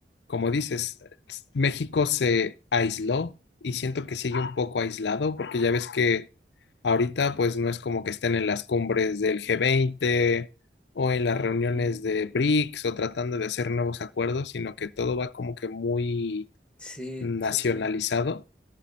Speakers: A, on the left; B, in the centre.
A: como dices, s- México se aisló y siento que sigue un poco aislado porque ya ves que ahorita pues no es como que estén en las cumbres del g veinte o en las reuniones
B: Ujú.
A: de BRICS o tratando de hacer nuevos acuerdos, sino que todo va como que muy
B: Sí,
A: nacionalizado.
B: sí, sí.